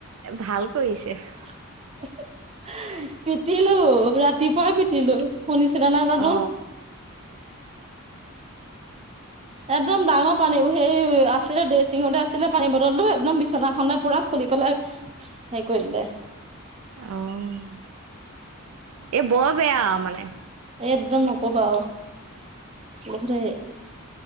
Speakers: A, on the right (about 70°); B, on the right (about 30°).
A: ভাল কৰিছে।
B: <unintelligible> পিটিলো ৰাতিপুৱাই পিটিলো শুনিছিলা নে জানো
A: অ
B: একদম ডাঙৰ পানী সেই আছিলে ড্ৰেছিং সতে আছিলে পানী বটল টো একদম বিচনা খনৰ পুৰা খুলি পেলাই হে কৰিলে।
A: অ' এ বৰ বেয়া মানে
B: একদম নক'বা গখৰে